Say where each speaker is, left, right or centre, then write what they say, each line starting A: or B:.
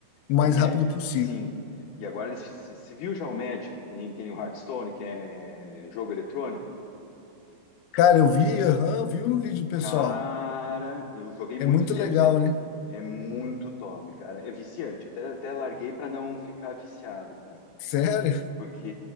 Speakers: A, on the left; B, on the left.
A: O mais
B: O Magic,
A: rápido possível.
B: sim. E agora eles se se viu já o Magic, que nem, que nem o Hearthstone, que é jogo eletrônico?
A: Cara, eu vi, aham, eu vi um vídeo, do pessoal.
B: Cara, eu joguei muito
A: É muito
B: tempo
A: legal,
B: isso aí.
A: né?
B: É muito top, cara. É viciante. Até, até larguei pra não ficar viciado, cara.
A: Sério?
B: Porque